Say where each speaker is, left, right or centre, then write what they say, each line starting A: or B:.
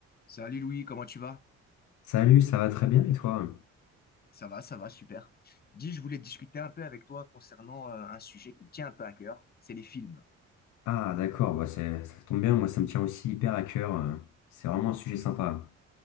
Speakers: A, on the left (about 30°); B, on the left (about 75°).
A: Salut Louis, comment tu vas?
B: Salut, ça va très bien et toi?
A: Ça va, ça va, super. Dis, je voulais discuter un peu avec toi concernant euh, un sujet qui me tient un peu à cœur, c'est les films.
B: Ah d'accord, bah c'est- ça tombe bien, moi ça me tient aussi hyper à cœur, euh, c'est vraiment un sujet sympa.